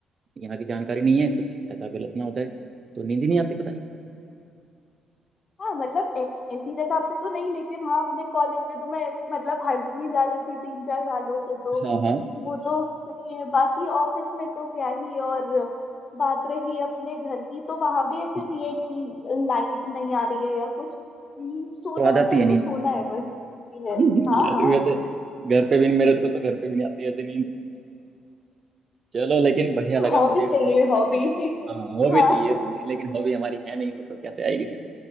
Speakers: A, on the right (about 40°); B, on the left (about 45°).
A: यहाँ की जानकारी नहीं है कुछ ऐसा गलत ना हो जाए तो नींद ही नहीं आती पता नहीं
B: हाँ मतलब ऐ- ऐसी जगह पे तो नहीं लेकिन हाँ अपने कॉलेज में तो मैं मतलब हर दिन ही जा रही थी तीन चार सालों से तो
A: हाँ हाँ
B: वो तो सही है बाकी ऑफिस में तो क्या ही और बात रही अपने घर की तो वहां भी ऐसे
A: हम्म,
B: नहीं है कि लाइट नहीं आ रही है या कुछ हम्म, सोना
A: तो आ
B: होता
A: जाती
B: है
A: है
B: तो
A: नींद
B: सोना है बस ये
A: <laughs>
B: है हाँ
A: यार
B: हाँ
A: वैसे घर पे भी मेरे को तो घर पे भी नहीं आती ऐसी नींद चलो लेकिन बढ़िया लगा
B: हॉबी
A: मुझे यहाँ
B: चाहिए
A: से
B: हॉबी <laughs>
A: हाँ हॉबी
B: हाँ
A: चाहिए हॉबी लेकिन हॉबी हमारी है नहीं वो तो कैसे आएगी फिर